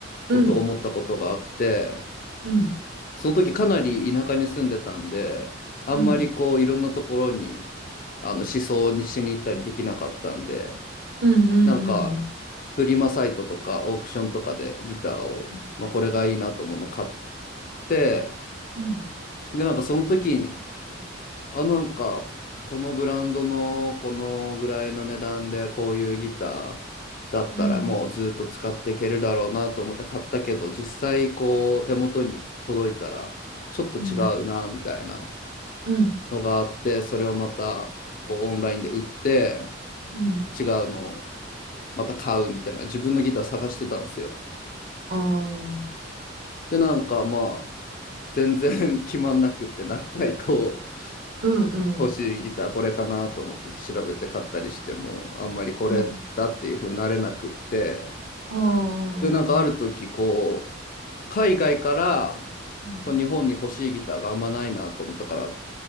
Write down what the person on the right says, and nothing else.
うん。うん。
うん。
うん。うん。
うん。
う
ん。
うん。
うん。うん。
うん。
ああ。
うん。うん。
うん。ああ。
うん。